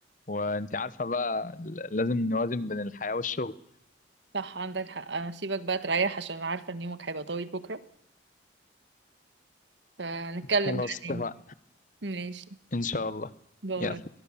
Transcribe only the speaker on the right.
<laughs> صح عندك حق انا سيبك بقى تريح عشان أنا عارفة ان يومك هيبقى طويل بكرة فنتكلم
بعدين
ماشي
باي